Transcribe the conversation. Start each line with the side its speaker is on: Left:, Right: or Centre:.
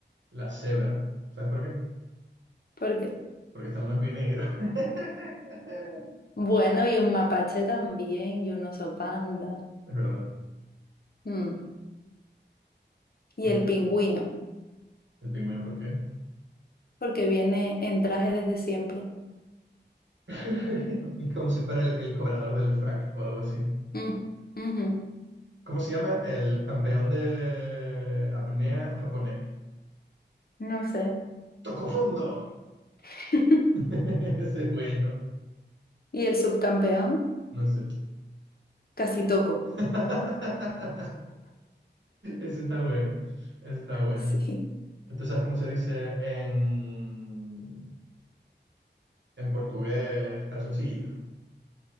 Right: La cebra. ¿Sabes por qué?
Left: ¿Por qué?
Right: Porque está en blanco y negro. <laughs>
Left: Bueno, y un mapache también, y un oso panda.
Right: Es verdad.
Left: Mm, Y
Right: Mm.
Left: el pingüino,
Right: ¿El pingüino por qué?
Left: porque viene en traje desde siempre.
Right: <laughs> Como si fuera el, el cobrador del frac o algo así.
Left: Mm, ujú,
Right: ¿Cómo se llama? El campeón de apnea japonés.
Left: No sé.
Right: ¡Tocó fondo!
Left: <laughs>
Right: <laughs> Ese es bueno.
Left: ¿Y el subcampeón?
Right: No sé.
Left: Casi toco.
Right: <laughs>
Left: <laughs>
Right: Ese está bueno. Ese está bueno.
Left: Sí.
Right: ¿Entonces sabes cómo se dice en, en portugués calzoncillo?